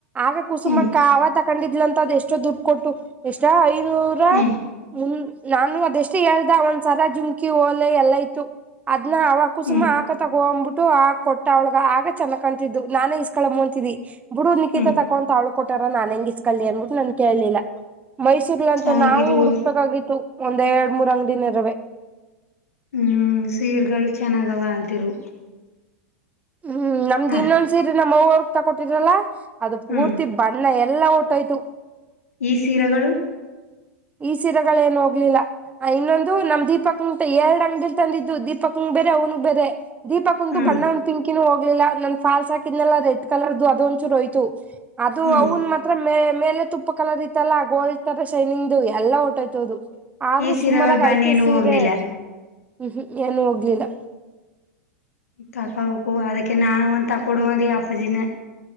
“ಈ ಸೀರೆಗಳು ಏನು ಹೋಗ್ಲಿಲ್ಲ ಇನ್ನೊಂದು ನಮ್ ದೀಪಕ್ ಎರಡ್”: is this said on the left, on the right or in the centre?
Right